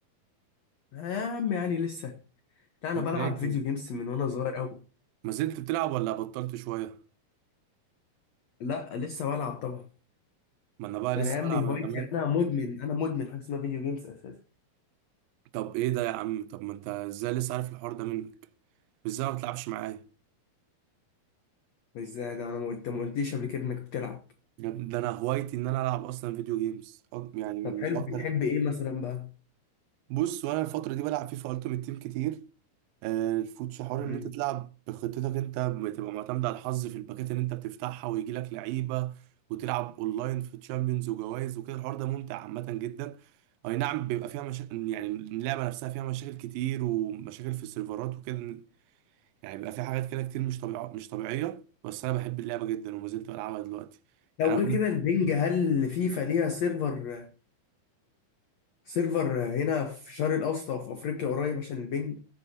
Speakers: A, on the left; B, on the right.
A: آه يا عم يعني لسه لا انا
B: انت
A: بلعب
B: ايه
A: فيديو جيمز من وانا صغير قوي
B: ما زلت بتلعب ولا بطلت شوية؟
A: لا لسه بلعب طبعا
B: ما انا بقى
A: ده
B: لسه
A: انا يا ابني
B: بلعب
A: هوايتي
B: انا كمان
A: انا مدمن انا مدمن حاجه اسمها فيديو جيمز اساسا
B: طب ايه ده يا عم طب ما انت ازاي لسه عارف الحوار ده منك ازاي ما بتلعبش معايا
A: مش زي ده انا ما قلت- ما قلتليش قبل كده انك بتلعب
B: يا ابني ده انا هوايتي ان انا العب اصلا فيديو جيمز أك- يعني من
A: طب حلو
B: اكتر
A: بتحب ايه مثلا بقى
B: بص وانا الفترة دي بلعب فيفا التيمت تيم كتير آه، الفوتش حوار
A: مم.
B: ان انت تلعب بخطتك انت بتبقى معتمد على الحظ في الباكات اللي انت بتفتحها ويجي لك لعيبه وتلعب اونلاين في تشامبيونز وجوائز وكده الحوار ده ممتع عامه جدا اي نعم بيبقى فيها مشاكل يعني اللعبه نفسها فيها مشاكل كتير ومشاكل في السيرفرات وكده يعني بيبقى فيها حاجات كده كتير مش طبيعيه مش طبيعيه بس انا بحب اللعبه جدا وما زلت بلعبها دلوقتي
A: لو
B: يعني انا
A: غير
B: بقول لك
A: كده البنج هل فيفا ليها سيرفر سيرفر هنا في الشرق الاوسط او في افريقيا قريب عشان البنج